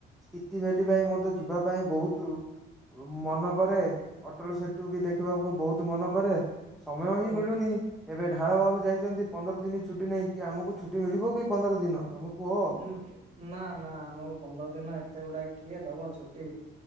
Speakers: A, in the centre; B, on the right.
A: ସ୍ପିତିଭେଲି ପାଇଁ ମତେ ଯିବା ପାଇଁ ବହୁତୁ ମନକରେ ଅଟଳସେତୁବି ଦେଖିବାକୁ ବହୁତୁ ମନକରେ। ସମୟହିଁ
B: ଓଃ
A: ମିଳୁନି। ଏବେ ଢାଳ ବାବୁ ଯାଇଚନ୍ତି ପନ୍ଦର ଦିନି ଛୁଟି ନେଇକି ଆମକୁ ଛୁଟି ମିଳିବକି ପନ୍ଦର ଦିନ। ତମେ କୁହ
B: ଉୁଁ ନାଁ ନାଁ ଆମକୁ ପନ୍ଦର ଦିନ ଏତେ ଗୁଡାଏ କିଏ ଦବ ଛୁଟି?